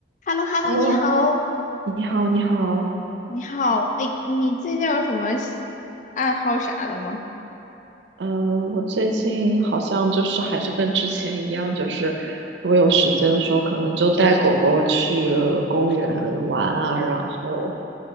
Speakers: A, on the left; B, on the right.
A: h e l l o h
B: Hello，
A: e l l o 你好。
B: 你好，你好。
A: 你好，哎，你最近有什么兴爱好啥的吗？
B: 呃，我最近好像就是还是跟之前一样，就是如果有时间的时候，可能就带狗狗去公园玩啊，然后